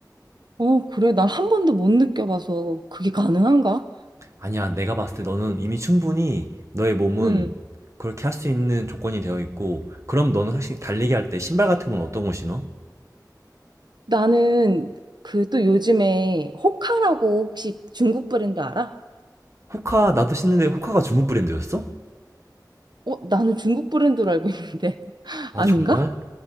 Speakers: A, on the right; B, on the right.
A: 어, 그래. 난 한 번도 못 느껴봐서 그게 가능한가?
B: 아니야, 내가 봤을 때 너는 이미 충분히 너의 몸은
A: 응.
B: 그렇게 할 수 있는 조건이 되어 있고 그럼 너는 사실 달리기 할 때 신발 같은 건 어떤 거 신어?
A: 나는 그 또 요즘에 호카라고 혹시 중국 브랜드 알아?
B: 호카 나도 신는데 호카가 중국 브랜드였어?
A: 어, 나는 중국 브랜드로 알고 있는데. <laughs>
B: 아
A: 아닌가?
B: 정말?